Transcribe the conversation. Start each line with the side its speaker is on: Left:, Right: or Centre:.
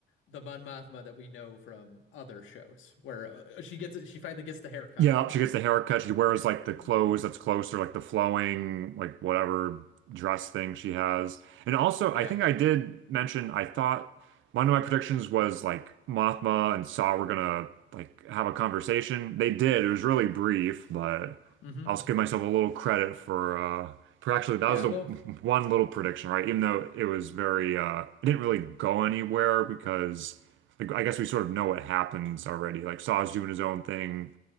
Left: the Mon Mothma that we know from other shows where uh, she gets she finally gets the haircut.
Right: Yeah, she gets the haircut. She wears like the
Left: Mhm.
Right: clothes that's closer, like the flowing, like whatever dress thing she has. And also,
Left: Yeah.
Right: I think I did mention I thought one of my predictions was like Mothma and Saw were gonna like have a conversation. They did. It was really brief, but
Left: hmm
Right: I'll just give myself a little credit for uh for actually that
Left: Yeah,
Right: was the
Left: a little
Right: <laughs> one little prediction, right? Even though it was very uh it didn't really go anywhere because like I guess we sort of know what happens already. Like Saw's doing his own thing